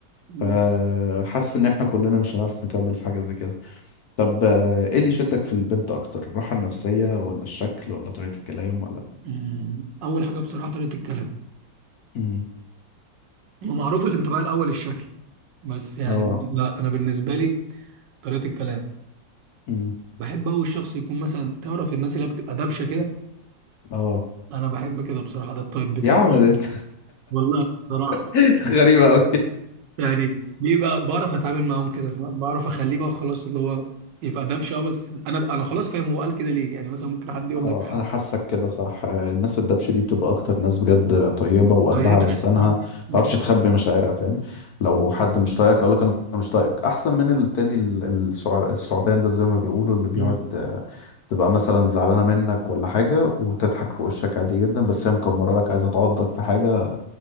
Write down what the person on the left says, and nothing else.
فحس ان احنا كلنا مش هنعرف نكمل في حاجة زي كده طب آه، ايه اللي شدك في البنت اكتر الراحة النفسية ولا الشكل ولا طريقة الكلام ولا
امم
اه
امم
اه
يا عم ده انت
<laughs> غريبة أوي
اه
انا حاسك كده صح آه، الناس الدبش دي بتبقى اكتر ناس بجد طيبة وقلبها
على لسانها
ما
تعرفش تخبي مشاعرها فاهم لو حد مش طايقك اقول لك انا مش طايقك احسن من التاني ال- السع- الثعبان ده زي ما بيقولوا اللي بيقعد
آه، تبقى مثلا زعلانة منك ولا حاجة وتضحك في وشك عادي جدا بس هي مكمرة لك عايزة تعضك في حاجة